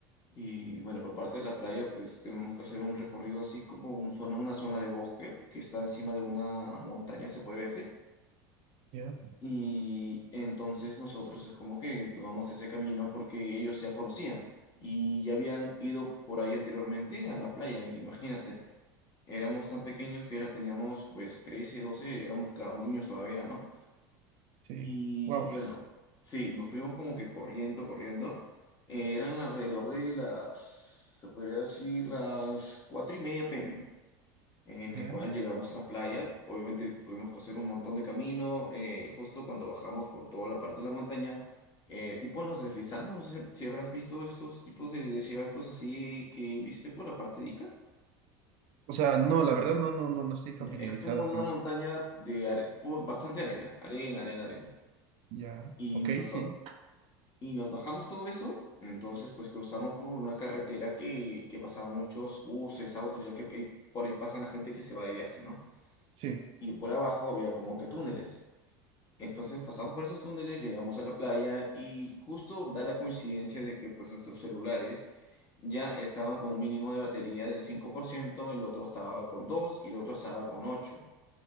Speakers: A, on the left; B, on the right.
A: Y bueno, por parte de la playa, pues tenemos que hacer un recorrido así como un zona, una zona de bosque que está encima de una montaña, se podría decir.
B: ya,
A: Y entonces nosotros es como que tomamos ese camino porque ellos ya conocían y ya habían ido por ahí anteriormente a la playa. y imagínate, éramos tan pequeños que era, teníamos pues 13 12 éramos, claro, niños todavía, ¿no?
B: sí,
A: Y
B: guaguas,
A: bueno, sí, nos fuimos como que corriendo, corriendo. Eh, eran alrededor de las, se podría decir, las cuatro y media pm, en el
B: ya,
A: cual llegamos a la playa. Obviamente tuvimos que hacer un montón de camino. eh, justo cuando bajamos por toda la parte de la montaña, eh, tipo nos deslizamos. No sé si si habrás visto estos tipos de desiertos así que viste por la parte de Ica.
B: O sea, no, la verdad no, no, no, no estoy familiarizado
A: Ya, Es como una
B: con eso.
A: montaña de are- pu- bastante arena, arena, arena, arena.
B: ya,
A: Y
B: Ok,
A: nos,
B: sí.
A: Y nos bajamos todo eso, entonces pues cruzamos por una carretera que, que pasaba muchos buses, autos, ya que ahí- por ahí pasan la gente que se va de viaje, ¿no?
B: sí,
A: Y por abajo había como que túneles. Entonces pasamos por esos túneles, llegamos a la playa y justo da la coincidencia de que pues nuestros celulares ya estaban con un mínimo de batería de cinco por ciento el otro estaba con 2 y el otro estaba con ocho